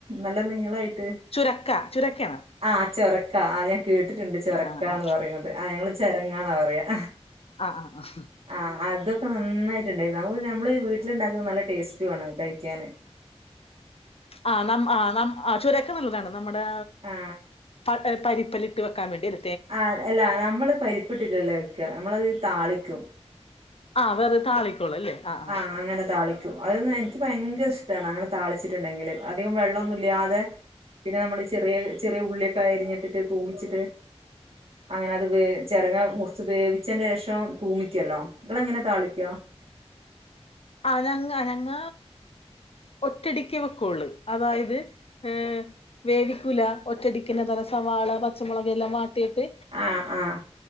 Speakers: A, on the right (about 60°); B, on the left (about 60°).
A: നല്ല നീളായിട്ട്-
B: ചുരക്ക ചുരക്കാണെ
A: ആഹ് ചൊരക്ക ആ ഞാൻ കേട്ടിട്ടുണ്ട് ചൊരക്കാന്ന്
B: ആ ആ
A: പറയുന്നത് ആ ഞങ്ങള് ചരങ്ങാന്നാ പറയാ
B: ആഹ് ആഹ് ആഹ്
A: ആ ഹ്അതൊക്കെ നന്നായിട്ട്ണ്ടായിരുന്നു ന നമ്മള് വീട്ടിലുണ്ടാക്കുന്നത് നല്ല ടെസ്റ്റോണ് കഴിക്കാൻ <inaudible> <inaudible>
B: ആഹ് നമ്മ നമ്മആ ഹ് ചുരക്ക നല്ലതാണ് നമ്മുടെ
A: ആ
B: പ പരിപ്പലിട്ട് വെക്കാൻ വേണ്ടിൽ
A: ആ ഹ്അല്ല നമ്മള് പരിപ്പിട്ടില്ലല്ല വെക്ക നമ്മളത് താളിക്കും
B: ആ ഹ് അതെ തെ താളിക്കോളും അല്ലേ ആ ആ
A: ആഹ് അങ്ങനെ താളിക്കും അത് എനിക്ക് ഭയങ്കര ഇഷ്ടമാണ് അങ്ങനെ താളിച്ചിട്ടുണ്ടെങ്കിൽ അധികം വെള്ളമൊന്നുമില്ലാതെ- പിന്നെ നമ്മള് ചെറിയ ചെറിയ ഉള്ളിയൊക്കെ അരിഞ്ഞിട്ടിട്ട് തൂമിച്ചിട്ട് അങ്ങനെ അത് വേ ചിരങ്ങ മുറിച്ച് വേവിച്ചന്റെ ശേഷം തൂമിക്കല്ലോ നിങ്ങൾ എങ്ങനെ താളിക്ക-
B: ആഹ് ഞങ്ങ ഞങ്ങ ഒറ്റയടിക്ക് വെക്കോള്ളൂ അതായത് ഏഹ് വേവിക്കുല ഒറ്റയടിക്ക്‌ തന്നെ സവാള പച്ചമുളക് എല്ലാം വാട്ടിയിട്ട്
A: ആഹ് ആഹ്